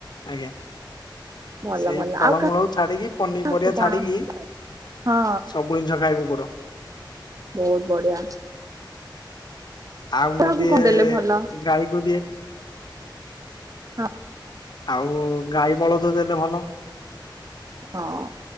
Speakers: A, on the left (about 60°); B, on the right (about 45°).
A: ଆଜ୍ଞା।
B: ଭଲ
A: ସେଇ
B: ଭଲ
A: ଫଳମୂଳକୁ
B: ଆଉ
A: ଛାଡିକି ପନିପରିବା
B: କାହାକୁ କଣ
A: ଛାଡିକି
B: ହଁ
A: ସବୁ ଜିନିଷ ଖାଏ କୁକୁର।
B: ବହୁତ ବଢିଆ।
A: ଆଉ ମୁଁ
B: କାହାକୁ
A: ଟିଏ
B: କଣ ଦେଲେ ଭଲ
A: ଗାଈକୁ ଦିଏ।
B: ହଁ।
A: ଆଉ ଗାଈ ବଳଦ ଦେଲେ ଭଲ।
B: ହଁ